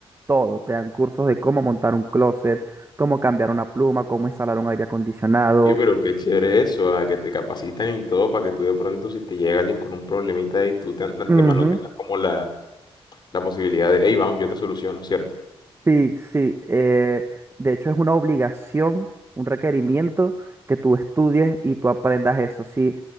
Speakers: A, on the right (about 25°); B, on the left (about 45°).
A: todo, te dan cursos de cómo montar un closet, cómo cambiar una pluma, cómo instalar un aire acondicionado,
B: Oye, pero qué chévere eso, a que te capacitan y todo para que tú de pronto, si te llega alguien con un problemita y tú te- de antemano
A: Ujú,
B: tengas como la, la posibilidad de, hey, vamos, yo te soluciono, ¿cierto?
A: Sí, sí. eh, de hecho, es una obligación, un requerimiento que tú estudies y tú aprendas eso. Sí,